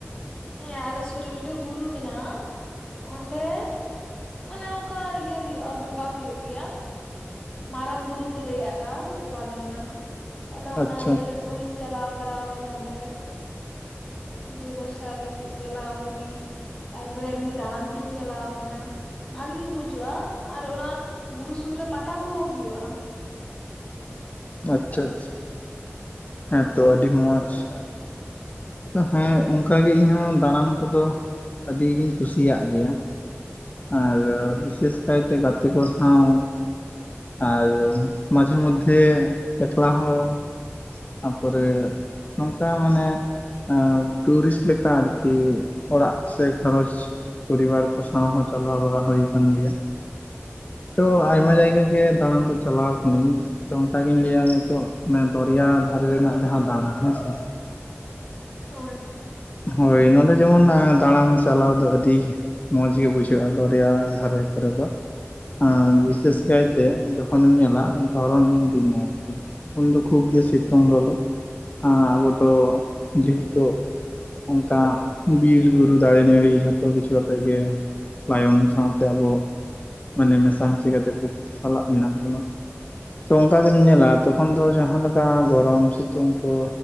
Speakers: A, on the left; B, on the left.
A: ᱦᱮᱸ ᱟᱞᱮ ᱥᱩᱨ ᱨᱮ ᱢᱤᱫᱴᱮᱱ ᱵᱩᱨᱩ ᱢᱮᱱᱟᱜᱼᱟ ᱾ ᱚᱸᱰᱮ ᱢᱟᱱᱮ ᱚᱱᱠᱟ ᱤᱭᱟᱹ ᱦᱳᱭᱳᱜᱼᱟ ᱾ ᱵᱚᱸᱜᱟ ᱦᱩᱭᱩᱜ ᱜᱮᱭᱟ ᱾ ᱢᱟᱨᱟᱝ ᱵᱩᱨᱩ ᱠᱚ ᱞᱟᱹᱭ ᱟᱜᱼᱟ ᱾ ᱵᱚᱸᱜᱟ ᱫᱚ ᱚᱱᱟ ᱛᱟᱦᱚᱞᱮ ᱚᱱᱟ
B: ᱟᱪᱪᱷᱟ
A: ᱤᱭᱟᱹ ᱠᱟᱛᱮᱜ ᱦᱚᱧ ᱪᱟᱞᱟᱣ ᱵᱟᱲᱟ ᱠᱟᱱᱟ ᱚᱸᱰᱮ ᱾ ᱯᱩᱡᱟᱹ ᱯᱟᱥᱟ ᱞᱟᱹᱜᱤᱫ ᱪᱟᱞᱟᱣ ᱠᱟᱱᱤᱧ, ᱛᱟᱨᱯᱚᱨᱮ ᱮᱢᱱᱤ ᱫᱟᱬᱟᱱ ᱦᱚᱸᱧ ᱪᱟᱞᱟᱣ ᱠᱟᱱᱟ ᱾ ᱵᱷᱟᱜᱤ ᱜᱤ ᱵᱩᱡᱟᱹᱜᱼᱟ, ᱟᱨ ᱚᱱᱟ ᱵᱩᱨᱩ ᱥᱩᱨ ᱨᱮ ᱯᱟᱛᱟ ᱠᱚ ᱦᱩᱭᱩᱜᱼᱟ ᱾
B: ᱟᱪᱪᱷᱟ ᱟᱪᱪᱷᱟ᱾ ᱦᱮᱸ
A: ᱦᱳᱭ
B: ᱛᱚ ᱟᱹᱰᱤ ᱢᱚᱸᱡᱽ ᱾ ᱦᱮᱸ ᱚᱱᱠᱟ ᱜᱮ ᱤᱧᱦᱚᱸ ᱫᱟᱬᱟᱱ ᱠᱚᱫᱚ ᱟᱹᱰᱤ ᱜᱤᱧ ᱠᱩᱥᱤᱭᱟᱜ ᱜᱮᱭᱟ ᱾ ᱟᱨ ᱵᱤᱥᱮᱥ ᱠᱟᱭᱛᱮ ᱜᱟᱛᱮ ᱠᱚ ᱥᱟᱶ ᱟᱨ ᱢᱟᱡᱷᱮ ᱢᱚᱫᱫᱷᱮ ᱮᱠᱞᱟ ᱦᱚᱸ ᱾ ᱛᱟᱯᱚᱨᱮ ᱱᱚᱝᱠᱟ ᱢᱟᱱᱮ ᱮᱸ ᱴᱩᱨᱤᱥᱴ ᱞᱮᱠᱟ ᱟᱨᱠᱤ ᱚᱲᱟᱜ ᱥᱮ ᱠᱷᱟᱨᱚᱪ ᱯᱚᱨᱤᱵᱟᱨ ᱠᱚ ᱥᱟᱶ ᱦᱚᱸ ᱪᱟᱞᱟᱣ ᱵᱟᱲᱟ ᱦᱳᱭ ᱠᱟᱱ ᱜᱮᱭᱟ ᱾ ᱛᱚ ᱟᱭᱢᱟ ᱡᱟᱭᱜᱟ ᱜᱮ ᱫᱟᱬᱟᱱ ᱫᱚ ᱪᱟᱞᱟᱣ ᱠᱟᱹᱱᱟᱹᱧ᱾ ᱛᱚ ᱚᱱᱠᱟᱜᱤᱧ ᱞᱟᱹᱭᱟ ᱱᱤᱛᱚᱜ ᱫᱚᱨᱭᱟ ᱫᱷᱟᱨᱮ ᱨᱮᱱᱟᱜ ᱡᱟᱦᱟᱸ ᱫᱟᱬᱟ ᱦᱮᱸᱥᱮ ᱾
A: ᱦᱳᱭ᱾
B: ᱦᱳᱭ ᱱᱚᱸᱰᱮ ᱡᱮᱢᱚᱱ ᱫᱟᱬᱟᱱ ᱪᱟᱞᱟᱣ ᱫᱚ ᱟᱹᱰᱤ ᱢᱚᱸᱡᱽ ᱜᱮ ᱵᱩᱡᱷᱟᱹᱜᱼᱟ ᱾ ᱫᱚᱨᱭᱟ ᱫᱷᱟᱨᱮ ᱠᱚᱨᱮ ᱫᱚ ᱚᱸ ᱵᱤᱥᱮᱥ ᱠᱟᱭᱛᱮ ᱡᱚᱠᱷᱚᱱᱮᱢ ᱧᱮᱞᱟ ᱫᱷᱚᱨᱚᱢ ᱫᱤᱱ ᱟᱨᱠᱤ ᱩᱱᱫᱚ ᱠᱷᱩᱵ ᱜᱮ ᱥᱤᱛᱩᱝ ᱞᱚᱞᱚ, ᱟᱵᱚ ᱫᱚ ᱡᱮᱦᱮᱛᱩ ᱚᱱᱠᱟ ᱵᱤᱨ ᱵᱩᱨᱩ ᱫᱟᱨᱮ ᱱᱟᱹᱲᱤ ᱡᱷᱚᱛᱚ ᱠᱤᱪᱷᱩ ᱟᱛᱮ ᱜᱮ ᱛᱟᱭᱚᱢ ᱥᱟᱶ ᱛᱮ ᱟᱵᱚ ᱢᱟᱱᱮ ᱢᱮᱥᱟᱢᱥᱤ ᱠᱟᱛᱮᱫ ᱠᱚ ᱥᱟᱞᱟᱜ ᱢᱮᱱᱟᱜ ᱵᱚᱱᱟ ᱾ ᱛᱚ ᱚᱱᱠᱟ ᱜᱮᱢ
A: ᱦᱳᱭ
B: ᱧᱮᱞᱟ ᱛᱚᱠᱷᱚᱱ ᱫᱚ ᱡᱟᱦᱟᱸ ᱞᱮᱠᱟ ᱜᱚᱨᱚᱢ ᱥᱤᱛᱩᱝ ᱠᱚ